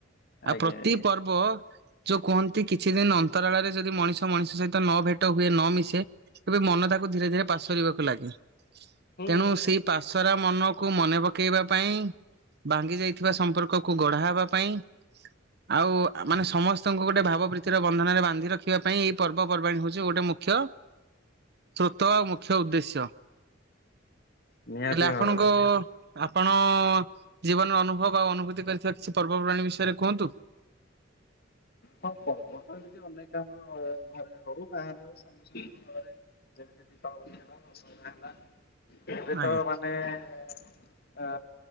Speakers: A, on the left; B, on the right.
A: ଆଜ୍ଞା
B: ଆଉ ପ୍ରତି
A: ଆଜ୍ଞା।
B: ପର୍ବ ଯୋଉ କୁହନ୍ତି କିଛି ଦିନ ଅନ୍ତରାଳରେ ଯଦି ମଣିଷ ମଣିଷ ସହିତ ନ ଭେଟ ହୁଏ ନ ମିଶେ କେବେ ମନ ତାକୁ ଧୀରେ ଧୀରେ ପାସରିବାକୁ ଲାଗେ
A: ହୁଁ
B: ତେଣୁ
A: ହୁଁ
B: ସେଇ
A: ହୁଁ।
B: ପା ସରା ମନକୁ ମନେ ପକେଇବା ପାଇଁ ଭାଙ୍ଗି ଯାଇଥିବା ସମ୍ପର୍କକୁ ଗଢ଼ା ହେବା ପାଇଁ ଆଉ ଆ ମାନେ ସମସ୍ତଙ୍କୁ ଗୋଟେ ଭାବ ପ୍ରୀତିର ବନ୍ଧନରେ ବାନ୍ଧି ରଖିବା ପାଇଁ ଏଇ ପର୍ବ ପର୍ବପର୍ବାଣୀ ହଉଚି ଗୋଟେ ମୁଖ୍ୟ। ସ୍ରୋତ ଆଉ ମୁଖ୍ୟ ଉଦ୍ଦେଶ୍ୟ
A: ନିହାତି
B: ହେଲେ ଆପଣଙ୍କ
A: ଭାବରେ।
B: ଆପଣ ଜୀବନର ଅନୁଭବ ଆଉ ଅନୁଭୂତି କରିଥିବା କିଛି ପର୍ବପର୍ବାଣୀ ବିଷୟରେ କୁହନ୍ତୁ।
A: ହଁ ପର୍ବ ତ ଏମିତି ଅନେକ ଆମର ଘରେ ହଉ ବାହାରେ ହଉ ସାଙ୍ଗସାଥି ଘରେ ଯେମିତି ଦୀପାବଳି ହେଲା ଦଶହରା ହେଲା ଏବେ
B: ଆଜ୍ଞା
A: ତ ମାନେ ଅ